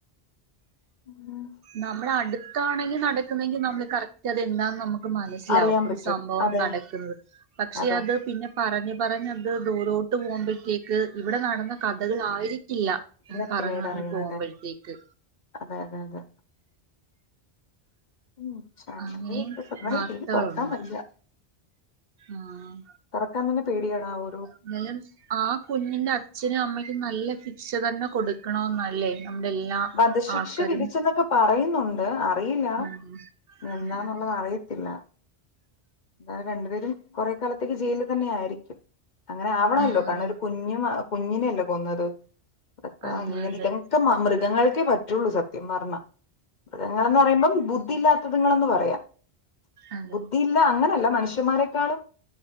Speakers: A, on the left (about 50°); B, on the right (about 65°).
A: ഉം
B: നമ്മള അടുത്താണെങ്കിൽ നടക്കുന്നെങ്കിൽ നമ്മള് കറക്റ്റ് അത് എന്താന്ന് ന മനസിലാവും
A: അറിയാൻ
B: ഒരു
A: പറ്റും
B: സംഭവം
A: അതെ
B: നടക്കുന്നത് പക്ഷെ
A: അതെ
B: അത് പിന്നെ പറഞ്ഞഞ് പറഞ്ഞത് ദൂരോട്ട് പോകുമ്പോഴത്തേക്ക് ഇവിടെ നടന്ന കഥകൾ ആയിരിക്കില്ല
A: ഇല്ല
B: ഉം പറഞ്ഞ്
A: പിന്നീട്
B: പറഞ്ഞ്
A: അറിയുന്നത്
B: പോകുമ്പോഴത്തേക്ക്
A: അതെ അതെ അതെ ഉം ചാനല്
B: അങ്ങനെയും
A: ഇപ്പ സത്യത്തി
B: വാർത്തകളുണ്ട്
A: ടി വി തുറക്കാൻ വയ്യ
B: ആഹ്
A: തൊറക്കാൻ തന്നെ പേടിയാണാവോ
B: എന്നാലും ആ കുഞ്ഞിന്റെ അച്ഛനും അമ്മയ്ക്കും നല്ല ശിക്ഷ തന്നെ കൊടുക്കണംന്നല്ലേ നമ്മുടെ എല്ലാ
A: വധശിക്ഷ
B: ആൾക്കാരും
A: വിധിച്ചെന്നൊക്കെ പറയുന്നുണ്ട് അറിയില്ല
B: ഉം
A: എന്താന്നുള്ളത്
B: ഉം ഉം
A: അറിയത്തില്ല എന്താലും രണ്ടുപേരും കുറെ കാലത്തേക്ക് ജയിലിൽ തന്നെ ആയിരിക്കും അങ്ങനെ ആവണല്ലോ
B: ആഹ്
A: കാരണം ഒരു കുഞ്ഞും കുഞ്ഞിനെയല്ലോ കൊന്നത് അതൊക്കെ
B: അതെ
A: ഇങ്ങനെ
B: അതെ
A: ഇത ഒക്കെ മൃഗങ്ങൾക്കേ പറ്റുള്ളൂ സത്യം പറഞ്ഞാൽ മൃഗങ്ങളൾന്ന് പറയുമ്പം ബുദ്ധിയില്ലാത്തതുങ്ങളന്ന് പറയാം
B: അതെ
A: ബുദ്ധിയി അല്ല അങ്ങനെയല്ല മനുഷ്യന്മാരെക്കാളും